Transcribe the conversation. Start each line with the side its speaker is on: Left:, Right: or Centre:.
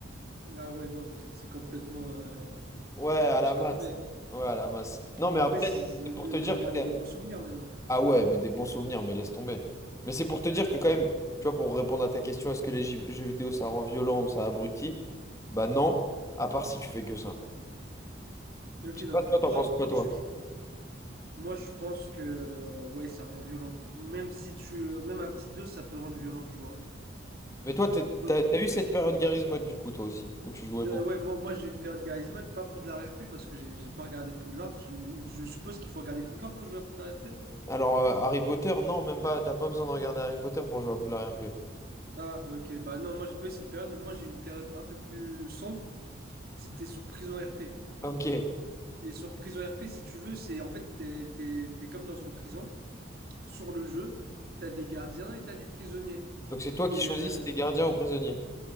Right: Ah ouais, non, vous étiez complètement euh,
Left: Ouais, à
Right: starbé.
Left: la masse. Ouais, à la masse. Non,
Right: Mais
Left: mais
Right: en
Left: après,
Right: vrai, c'est-
Left: c'est pour te
Right: vous
Left: dire
Right: en gardez
Left: que... t'es-
Right: des bons souvenirs maintenant.
Left: Ah ouais, mais des bons souvenirs, mais laisse tomber. Mais c'est pour te dire que quand même, tu vois, pour répondre à ta question, est-ce que les jeux jeux vidéo, ça rend violent ou ça abrutit? Bah non, à part si tu fais que ça.
Right: Mais ok,
Left: Je sais
Right: donc
Left: pas, toi,
Right: pour
Left: t'en
Right: toi,
Left: penses
Right: quand
Left: quoi, toi?
Right: tu vis, moi je pense que euh, ouais, ça rend violent. Même si tu, même à petite dose, ça peut rendre violent, tu vois.
Left: Mais toi, t'es-
Right: Peu-
Left: t'as, t'as eu cette période Garry's Mod, du coup, toi aussi, où tu jouais
Right: Euh,
Left: beaucoup.
Right: ouais, moi, moi j'ai une période Garry's Mod, pas Poudlard RP parce que j'ai j'ai pas regardé Poudlard. Je, je suppose qu'il faut regarder Poudlard pour jouer à Poudlard RP.
Left: Alors, euh, Harry Potter, non, même pas, t'as pas besoin de regarder Harry Potter pour jouer à Poudlard R P
Right: Ah, ok, bah non, moi j'ai pas eu cette période. Moi j'ai eu une période un peu plus sombre. C'était sur prison RP.
Left: Ok. Ouais.
Right: Et sur prison RP, si tu veux, c'est en fait, t'es, t'es, t'es comme dans une prison, sur le jeu. T'as des gardiens et t'as des prisonniers.
Left: Donc c'est toi
Right: Et
Left: qui choisis
Right: euh,
Left: tes gardiens ou prisonniers.